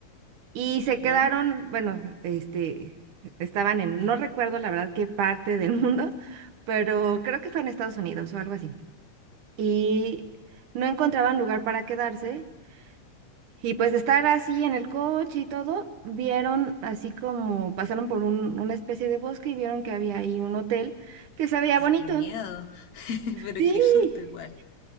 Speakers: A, on the right; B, on the left.
A: Y se
B: ¿Ya?
A: quedaron, bueno, este, estaban en, no recuerdo la verdad qué parte del <laughs> mundo, pero creo que fue en Estados Unidos o algo así. Y no encontraban lugar para quedarse y pues de estar así en el coche y todo, vieron así como pasaron por un- una especie de bosque y vieron que había ahí un hotel que se veía
B: Ah,
A: bonito.
B: qué miedo. <laughs> Pero
A: Sí,
B: qué susto igual.